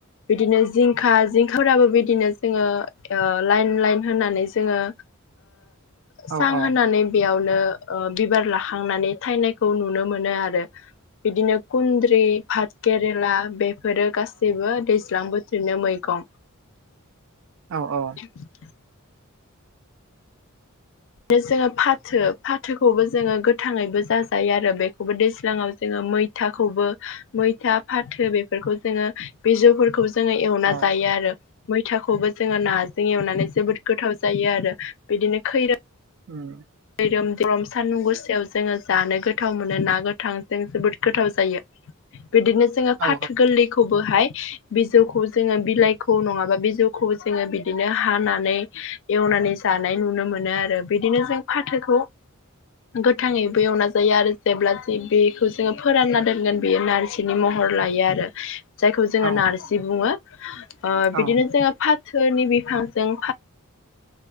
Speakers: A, on the left; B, on the right.
A: बिदिनो जिंखा जिंखाफोराबो बिदिनो जोङो लाइन लाइन होननानै जोङो सां
B: औ
A: होनानै
B: औ
A: बेयावनो बिबार लाखांनानै थायनायखौ नुनो मोनो आरो। बिदिनो खुन्द्रि, पाथ केरेला बेफोरो गासैबो दैज्लां बोथोर बिदिनो मैगं
B: औ औ।
A: <inaudible> बिदिनो जोङो फाथो फाथोखौबो जोङो गोथाङैबो जाजायो आरो। बेखौबो दैज्लाङाव जोङो मै थाखौबो मैथा फाथो बेफोरखौ जोङो बिजौफोरखौ जोङो एवना
B: औ
A: जायो आरो। मैथाखौबो जोङो नाजों एवनानै जोबोद गोथाव जायो आरो। बिदिनो खैरो
B: <inaudible>
A: रोम दरम सान्दुं गुसायाव जोङो जानो गोथाव मोनो ना गोथांजों जोबोद गोथाव जायो। बिदिनो जोङो
B: औ
A: फाथो गोरलैखौबोहाय बिजौखौ जोङो बिलाइखौ नङाबा बिजौखौ जोङो बिदिनो हानानै एवनानै जानाय नुनो मोनो आरो। बिदिनो जों फाथोखौ गोथाङैबो एवना जायो आरो जेब्ला ज बेखौ जोङो फोरानना दोनगोन बेयो नारजि बिनि महर लायो आरो। जायखौ जोङो
B: औ
A: नारजि बुङो।
B: औ
A: बिदिनो जोङो फाथोनि बिफांजों